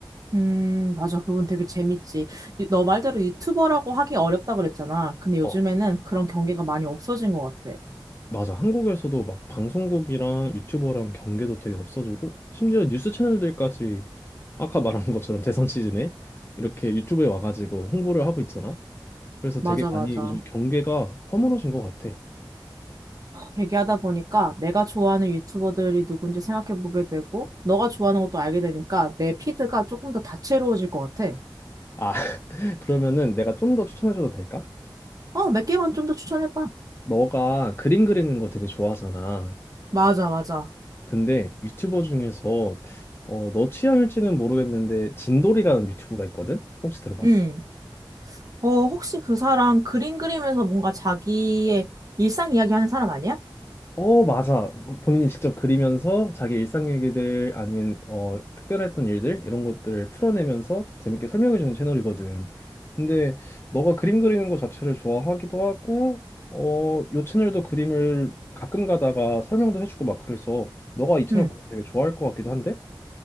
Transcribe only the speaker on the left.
어,
맞아. 한국에서도 막 방송국이랑 유튜버랑 경계도 되게 없어지고 심지어 뉴스 채널들까지 아까 말한 것처럼 <laughs> 대선 시즌에 이렇게 유튜브에 와가지고 홍보를 하고 있잖아. 그래서
되게
많이 요즘 경계가 허물어진 것 같아.
아, <laughs> 그러면은 내가 좀 더 추천해줘도 될까?
너가 그림 그리는 거 되게 좋아하잖아.
근데 유튜버 중에서 어, 너 취향일지는 모르겠는데 진돌이라는 유튜브가 있거든? 혹시 들어봤어?
어, 맞아. 본인이 직접 그리면서 자기 일상 얘기들 아니면 어, 특별했던 일들 이런 것들을 풀어내면서 재밌게 설명해주는 채널이거든. 근데 너가 그림 그리는 거 자체를 좋아하기도 하고, 어, 요 채널도 그림을 가끔 가다가 설명도 해주고 막 그래서 너가 이 채널
보면 되게 좋아할 것 같기도 한데?